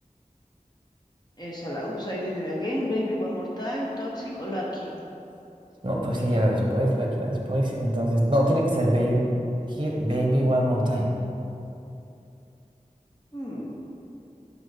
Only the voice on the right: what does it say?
No, pues sí, era después, la que era después. Entonces, no, tiene que ser Baby, Hit Baby One More Time.